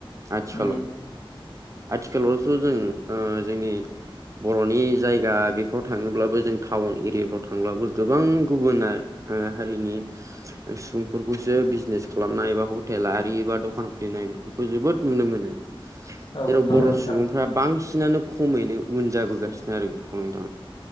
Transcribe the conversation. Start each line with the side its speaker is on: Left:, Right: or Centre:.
Right: आथिखालाव
Left: उम
Right: आथिखालावथ' जों जोंनि बर'नि जायगा बेफ्राव थाङोब्लाबो जों टाउन एरियाफ्राव थांब्लाबो गोबां गुबुन हारिनि सुबुंफोरखौसो बिजनेस खालामनाय एबा हटेल आरि एबा दखान खुलिनाय बेखौ जोबोद नुनो मोनो
Left: औ
Right: जेराव
Left: नंगौ
Right: बर'
Left: नोंथां
Right: सुबुंफ्रा बांसिनानो खमैनो उन जाबोगासिनो आरो बेफोरखौ नोंथां